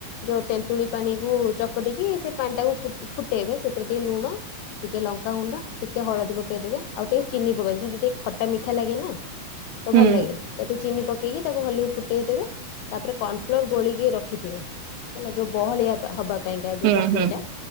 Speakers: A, on the left; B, on the right.
A: ଯେଉ ତେନ୍ତୁଳି ପାଣି। ଚକଟିକି ସେ ପାଣି ଟାକୁ ଫୁଟେଇବେ ସେଥିରେ ଟିକେ ଲୁଣ ଟି କେ ଲଙ୍କା ଗୁଣ୍ଡ ଟିକେ ହଳଦୀ ପକେଇଦବେ ଆଉ ଟିକେ ଚିନି ପକେଇଦବେ ସେଟା ଟିକେ ଖଟା ମିଠା ଲାଗେ ନା। ତ
B: ହୁଁ
A: ଭଲ ଲାଗେ। ତାକୁ ଚିନି ପକେଇକି ତାକୁ ହଲି ଫୁଟେଇ ଦେେବେ ତାପରେ କର୍ଣ୍ଣ ଫ୍ଲୋର ଗୋଳିକି ରଖିଥିବେ ହେଲା ଯୋଉ ବହଳିଆ ହବା ପାଇଁକା ଯୋଉ
B: ହୁଁ
A: ଚଟଣି
B: ହୁଁ
A: ଟା